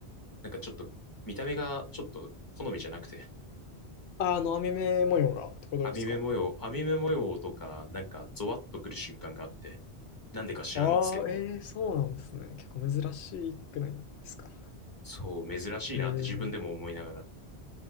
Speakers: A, on the left (about 20°); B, on the left (about 80°).
A: なんかちょっと見た目がちょっと好みじゃなくて、
B: あ、あの網目模様がってことですか
A: 網目模様、網目模様とか、なんかゾワッとくる瞬間があって、なんでか知らんですけども、
B: ああ、ええ、そうなんですね。結構珍しくないですか。
A: そう、珍しいなって自分でも思いながら、
B: え